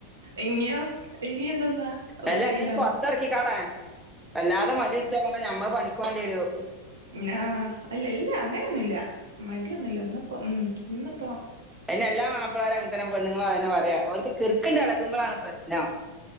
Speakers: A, on the right; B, in the centre.
A: എങ്ങിയോ ഇനി എന്തോന്നാ ഒക്കെ
B: അല്ല
A: കഴിഞ്ഞോ?
B: അന്നെ പൊറത്തിറക്കിക്കാളെ വല്ലാതെ മടി പിടിച്ചാ പിന്നെ ഞമ്മള് പണിക്കോവണ്ടി വരും.
A: ഇല്ലാ ഇല്ല അങ്ങനെയൊന്നുല്ല. മടിയൊന്നുല്ല. ഇന്ന് ഇപ്പം ഉം ഇന്ന് പ്പം
B: അയിനെല്ലാ മാപ്പിളാരും അങ്ങൻ തന്നെ പെണ്ണുങ്ങളും അതന്നെ പറയാ ഓര്ക്ക് കിർക്കിണ്ട് ഇളക്മ്പളാണ് പ്രശ് നം.